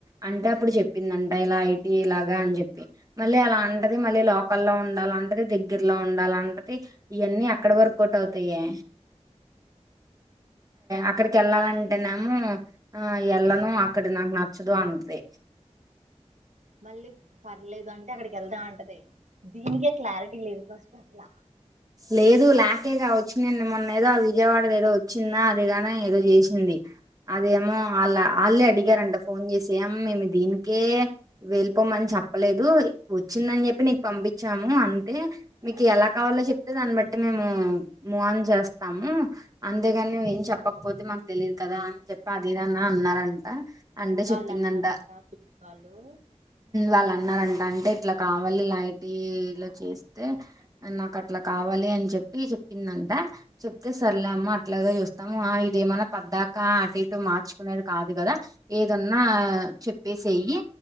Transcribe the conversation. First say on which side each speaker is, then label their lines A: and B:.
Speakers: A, on the right; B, on the right.
A: అంటే అప్పుడు చెప్పిందంట ఇలా ఐటీ ఇలాగా అని చెప్పి మళ్ళీ అలా అంటది మళ్ళీ లోకల్లో ఉండాలంటది దగ్గరలో ఉండాలంటది ఇయాన్ని ఎక్కడ వర్క ఒకట్ అవుతాయే అక్కడికి వెళ్ళాలంటేనేమో ఆ ఎల్లను అక్కడ నాక్ నా చదు అంతే
B: మళ్ళీ పర్లేదు అంటే అక్కడికి వెళ్దాంటది దీనికే క్లారిటీ లేదు ఫస్ట్ అసలా
A: లేదు లేకే కా వచ్చిందడి మొన్న ఏదో ఆ విజయవాడది ఏదో వచ్చిందా అదిగానే ఏదో చేసింది అదేమో వాళ్ళ వాళ్ళే అడిగారంట ఫోన్ చేసి ఏం మేము దీనికే వెళ్ళిపోమని చెప్పలేదు వచ్చిందని చెప్పి నీకు పంపించాము అంతే మీకు ఎలా
B: ఉ
A: కావాలో చెప్ దాన్ని బట్టి మేము మూవన్ చేస్తాము అంతేగాని నువు ఏం చెప్పకపోతే మాకు తెలిదు కదా అని చెప్పి అదేదనా అన్నారంట అంటే
B: వాళ్ళు
A: చెప్పిందంట
B: అన్నారంట కిడ్స్ వాళ్ళు
A: వాళ్ళు అన్నరాట అంటే ఇట్లా కావాలి ఐటీ లో చేస్తే నాకు అట్లా కావాలి అని చెప్పి చెప్పిందంట చెప్తే సర్లేమ్మ అట్లాగ చూస్తాము ఇదేమన్నా పద్దాకా అటు ఇటు మార్చుకునేది కాదు కదా ఏదన్నా చెప్పేసేయ్యి